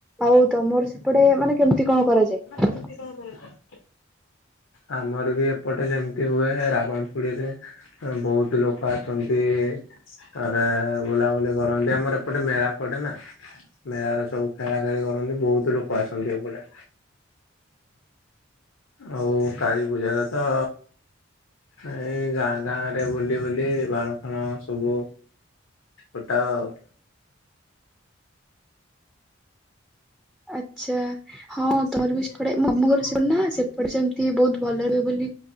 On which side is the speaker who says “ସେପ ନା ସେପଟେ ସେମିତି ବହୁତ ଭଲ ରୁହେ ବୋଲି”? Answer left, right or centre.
Centre